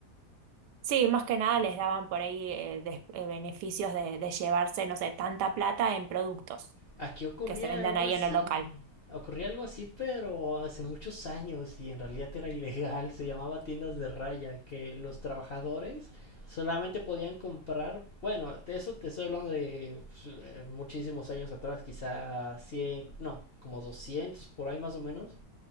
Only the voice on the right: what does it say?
sí, más que nada les daban por ahí eh, des- eh, beneficios de, de llevarse, no sé, tanta plata en productos
que se vendan
ahí
en el local.